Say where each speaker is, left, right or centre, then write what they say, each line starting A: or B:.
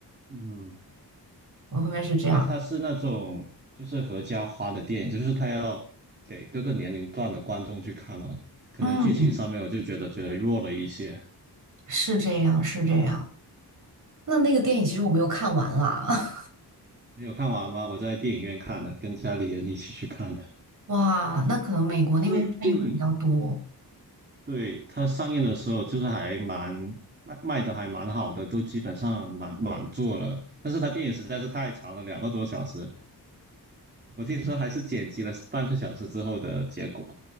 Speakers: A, on the right; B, on the right.
A: 嗯，
B: 我后面是这样，
A: 因为它是那种就是合家欢的电影，就是他要给各个年龄段的观众去看嘛。可能剧情上面我就觉得觉得弱了一些。
B: 嗯，是这样，是这样。那那个电影其实我没有看完啦，
A: 你有看完吗？我在电影院看的，跟家里人一起去看的。
B: <laughs> 哇，那可能美国那边上映会比较多。
A: 但是电影对它上映的时候就是还蛮卖卖的还蛮好的，都基本上满满座了。但是它电影实在是太长了，两个多小时，我听说还是剪辑了半个小时之后的结果。